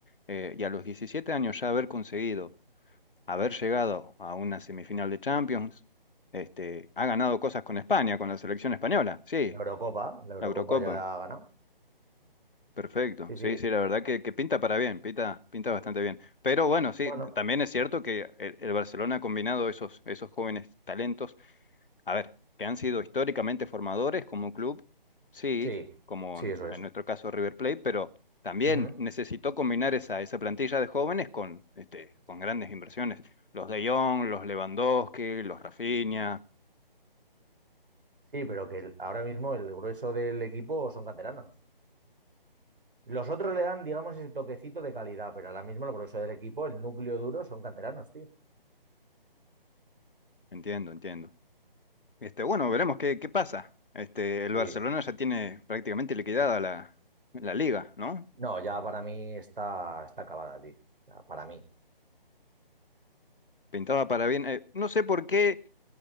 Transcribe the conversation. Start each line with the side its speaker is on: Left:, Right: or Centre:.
Left: eh, y a los 17 años ya haber conseguido, haber llegado a una semifinal de Champions, este, ha ganado cosas con España, con la selección española. Sí,
Right: La Eurocopa, la Eurocopa
Left: la Eurocopa.
Right: ya la ha ganado.
Left: Perfecto.
Right: Sí, sí.
Left: Sí, sí, la verdad que, que pinta para bien, pinta, pinta bastante bien. Pero bueno, sí,
Right: Bueno,
Left: también es cierto que el, el Barcelona ha combinado esos, esos jóvenes talentos a ver, que han sido históricamente formadores como un club, sí,
Right: sí,
Left: como
Right: sí,
Left: en
Right: eso
Left: en
Right: es.
Left: nuestro caso River Plate, pero también
Right: Ujú.
Left: necesitó combinar esa, esa plantilla de jóvenes con, este, con grandes inversiones. Los De Jong, los Lewandowski, los Rafinha.
Right: Sí, pero que el- ahora mismo el grueso del equipo son canteranos. Los otros le dan, digamos, ese toquecito de calidad, pero ahora mismo el grueso del equipo, el núcleo duro, son canteranos, tío.
Left: Entiendo, entiendo. Este, bueno, veremos qué, qué pasa. Este, el
Right: Sí.
Left: Barcelona ya tiene prácticamente liquidada la, la liga, ¿no?
Right: No, ya para mí está, está acabada, tío. O sea, para mí.
Left: Pintaba para bien. Eh, no sé por qué.